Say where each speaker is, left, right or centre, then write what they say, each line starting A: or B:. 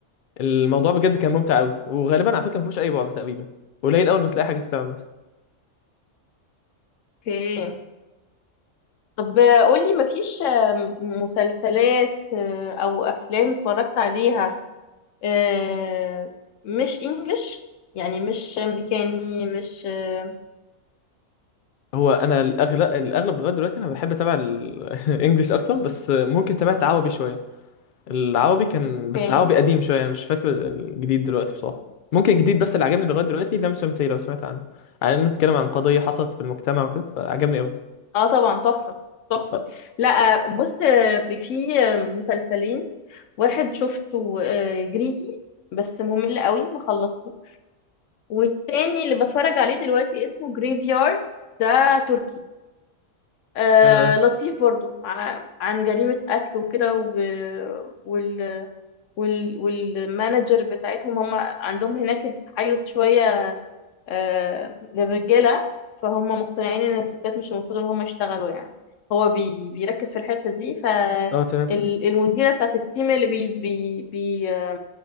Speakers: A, on the left; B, on the left.
A: فالموضوع بجد كان ممتع قوي وغالبا على فكره ما فيهوش اي رعب تقريبا قليل اول ما تلاقي حاجه بتعمل
B: اوكي طب قولي مفيش آه، مسلسلات آه، او افلام اتفرجت عليها آه، مش انجلش يعني مش امريكاني مش آه،
A: هو انا الاغلب الاغلب لغايه دلوقتي انا بحب اتابع الانجليش <laughs> اكتر بس ممكن تابعت عربي شويه العربي كان بس
B: اوكي
A: عربي قديم شويه انا مش فاكر الجديد دلوقتي بصراحه ممكن الجديد بس اللي عجبني لغايه دلوقتي لام شمسية لو سمعت عنه على انه اتكلم عن قضيه حصلت في المجتمع وكده فعجبني قوي
B: اه طبعا تحفة تحفة
A: اه
B: لا بص في مسلسلين واحد شفته آه، جريكي بس ممل قوي ما خلصته والتاني اللي بتفرج عليه دلوقتي اسمه جريفيارد ده تركي آه
A: حلو قوي
B: لطيف برضو ع- عن جريمة قتل وكده و- وال وال والمانجر بتاعتهم هم عندهم هناك تحيز شوية آه، للرجالة فهم مقتنعين ان الستات مش المفروض ان هم يشتغلوا يعني هو بي بيركز في الحتة دي فالمديرة
A: اه تمام
B: بتاعت التيم اللي بي بي بي